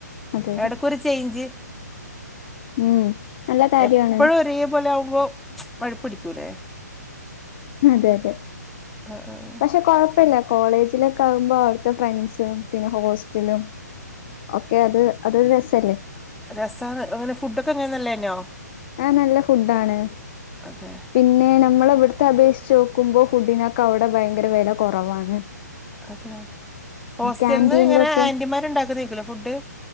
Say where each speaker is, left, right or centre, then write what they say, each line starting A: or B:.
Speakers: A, on the left (about 35°); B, in the centre.
A: അതെ അതെ
B: എടക്കൊരു ചെയിഞ്ച്
A: ഉം നല്ല കാര്യാണ്
B: എപ്പഴും ഒരേ പോലെ ആവുമ്പോ വെറുപ്പ്ടിക്കൂല്ലേ
A: അതെ അതെ
B: ആഹ് ആഹ്
A: പക്ഷെ കുഴപ്പല്ല കോളേജിലൊക്കെ ആകുമ്പോ അവിടുത്തെ ഫ്രണ്ട്സും പിന്നെ ഹോസ്റ്റലും ഒക്കെ അത് അതൊരു രസല്ലേ
B: രസാണ് ങ്ങനെ ഫുഡൊക്കെ എങ്ങനെ നല്ലതന്നെയോ
A: ആഹ് നല്ല ഫുഡ് ആണ്
B: അതെ
A: പിന്നെ നമ്മളെ വ്ടത്തെ അപേക്ഷിച്ചോക്കുമ്പോ ഫുഡിനൊക്കെ അവ്ടെ ഭയങ്കര വെല കൊറവാണ്
B: അതെ ഹോസ്റ്റൽന്ന്
A: ക്യാന്റീനിലൊക്കെ
B: ങ്ങനെ ആന്റിമാരുണ്ടാക്കുന്നതയ്ക്കുലെ ഫുഡ്